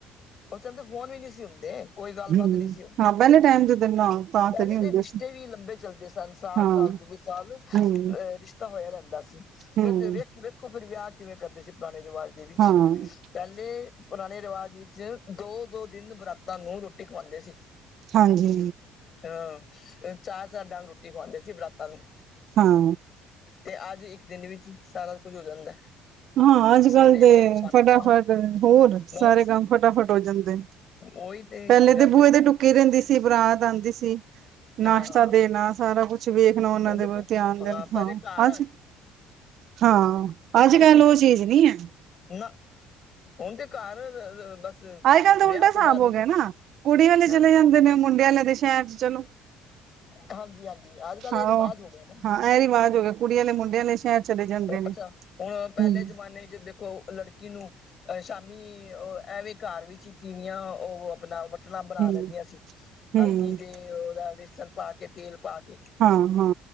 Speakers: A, on the left (about 45°); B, on the right (about 65°).
A: ਉਹ ਚੰਦੇ ਫੋਨ ਵੀ ਨਹੀਂ ਸੀ ਹੁੰਦੇ ਕੋਈ ਗੱਲਬਾਤ
B: ਹਮ
A: ਨਹੀਂ ਸੀ ਹੁੰਦੀ
B: ਹਾਂ ਪਹਿਲੇ ਟਾਈਮ ਜਦੋਂ ਨਾ
A: ਪਹਿਲੇ
B: ਤੇ ਨੀ
A: ਤਾਂ
B: ਹੁੰਦੇ
A: ਰਿਸ਼ਤੇ
B: ਸੀ
A: ਵੀ ਲੰਬੇ ਚੱਲਦੇ ਸਨ ਸਾਲ
B: ਹਾਂ
A: ਸਾਲ ਦੂ ਸਾਲ ਅ
B: ਹਮ
A: ਰਿਸ਼ਤਾ ਹੋਇਆ ਰਹਿੰਦਾ ਸੀ
B: ਹਮ
A: ਫਿਰ ਜ ਵੇਖ ਦੇਖੋ ਫਿਰ ਵਿਆਹ ਕਿਵੇਂ ਕਰਦੇ ਸੀ ਪੁਰਾਣੇ ਰਿਵਾਜ ਦੇ ਵਿੱਚ
B: ਹਾਂ,
A: ਪਹਿਲੇ ਪੁਰਾਣੇ ਰਿਵਾਜ ਵਿੱਚ ਦੋ ਦੋ ਦਿਨ ਬਰਾਤਾਂ ਨੂੰ ਰੋਟੀ ਖਵਾਉਂਦੇ ਸੀ
B: ਹਾਂਜੀ
A: ਹਾਂ ਚਾਹ ਸਾਬ ਡਾਂਗ ਰੋਟੀ ਖਵਾਉਂਦੇ ਸੀ ਬਰਾਤਾਂ ਨੂੰ
B: ਹਾਂ
A: ਤੇ ਅੱਜ ਇੱਕ ਦਿਨ ਵਿੱਚ ਹੀ ਸਾਰਾ ਕੁੱਝ ਹੋ ਜਾਂਦਾ
B: ਹਾਂ ਅੱਜ
A: ਸਵੇਰੇ
B: ਕੱਲ ਤੇ
A: ਆਓ ਸ਼ਾਮੀ
B: ਫਟਾਫਟ
A: ਜਾਓ
B: ਹੋਰ ਸਾਰੇ
A: ਬਸ
B: ਕੰਮ ਫਟਾਫਟ ਹੋ ਜਾਂਦੇ
A: ਉਹੀ
B: ਪਹਿਲੇ
A: ਗੱਲ
B: ਤੇ ਬੂਹੇ
A: ਹੈ ਨਾ
B: ਤੇ ਟੁੱਕੀ ਰਹਿੰਦੀ ਸੀ ਬਰਾਤ ਆਉਂਦੀ ਸੀ
A: ਹਾਂ
B: ਨਾਸ਼ਤਾ ਦੇਣਾ ਸਾਰਾ ਕੁੱਛ ਵੇਖਣਾ ਉਹਨਾਂ
A: ਹੁਣ
B: ਦੇ
A: ਦੇਖੋ
B: ਧਿਆਨ ਦੇਣ
A: ਪਹਿਲੇ
B: ਹਾਂ
A: ਘਰ
B: ਅੱਜ ਹਾਂ ਅੱਜ-ਕੱਲ
A: ਦੀ ਸੀ
B: ਉਹ ਚੀਜ਼ ਨੀ ਐ।
A: ਨਾ ਹੁਣ ਤੇ ਘਰ ਬਸ
B: ਅੱਜ ਕੱਲ੍ਹ ਤਾਂ
A: ਵਿਆਹ
B: ਉਲਟਾ ਹਿਸਾਬ
A: ਤੋਂ ਬਾਅਦ
B: ਹੋ
A: ਹੀ
B: ਗਿਆ ਨਾ ਕੁੜੀ ਵਾਲੇ
A: ਹਾਂਜੀ
B: ਚਲੇ ਜਾਂਦੇ ਨੇ ਮੁੰਡੇ ਵਾਲੇ ਦੇ ਸ਼ਹਿਰ ਚਲੋ।
A: ਹਾਂਜੀ ਹਾਂਜੀ ਅੱਜ ਕੱਲ
B: ਹਾਂ,
A: ਇਹ ਰਿਵਾਜ ਹੋ ਗਿਆ ਨਾ
B: ਹਾਂ ਇਹ ਰਿਵਾਜ਼ ਹੋ ਗਿਆ, ਕੁੜੀ ਆਲੇ ਮੁੰਡੇ ਆਲੇ ਸ਼ਹਿਰ ਚਲੇ ਜਾਂਦੇ ਨੇ।
A: ਅੱਛਾ ਹੁਣ ਪਹਿਲੇ
B: ਹੂੰ,
A: ਜਮਾਨੇ ਚ ਦੇਖੋ ਲੜਕੇ ਕਿੀ ਨੂੰੂੰ ਅਹ ਸ਼ਾਮੀ ਉਹ ਐਵੇਂ ਘਰ ਵੀਤੀਵੀਆਂ ਉਹ ਆਪਣਾ ਵਟਣਾ ਬਣਾ
B: ਹੂੰ,
A: ਲੈਂਦੀਆਂ ਸੀ
B: ਹੂੰ,
A: ਹਲਦੀ ਤੇ ਉਹਦਾ ਬੇਸਣ ਪਾ ਕੇ ਤੇਲ ਪਾ ਕੇ
B: ਹਾਂ ਹਾਂ